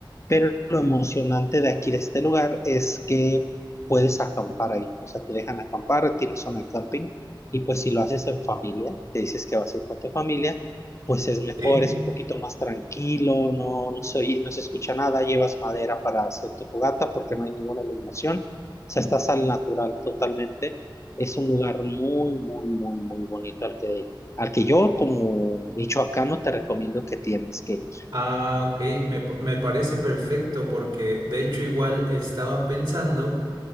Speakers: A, on the left (about 35°); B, on the right (about 65°).
A: pero lo emocionante de aquí, de este lugar, es que puedes acampar ahí. O sea, te dejan acampar, tienes zona de camping. Y pues si lo haces en familia, te dices que vas a ir con tu familia, pues es mejor,
B: Sí.
A: es un poquito más tranquilo, no, no se oye- no se escucha nada, llevas madera para hacer tu fogata porque no hay ninguna iluminación. O sea, estás al natural totalmente. Es un lugar muy, muy, muy, muy bonito al que, al que yo como michoacano te recomiendo que tienes que
B: Ah, ok, me, pa- me parece perfecto porque de hecho igual estaba pensando